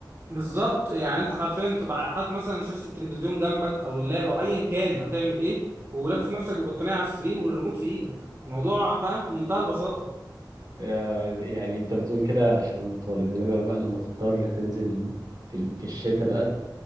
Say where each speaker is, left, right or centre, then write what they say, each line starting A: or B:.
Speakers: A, on the right; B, on the right.
A: بالظبط يعني انت حرفيا تبقى حاطط مثلا شاشه التلفزيون جنبك او اللاب او ايا كان هتعمل ايه ولافف نفسك بالبطانيه على السرير والريموت في ايدك الموضوع فاهم في منتهى البساطه
B: آه، يعني انت بتقول كده عشان طالب انما بقى لما تضطر تنزل في ال- في الشتاء بقى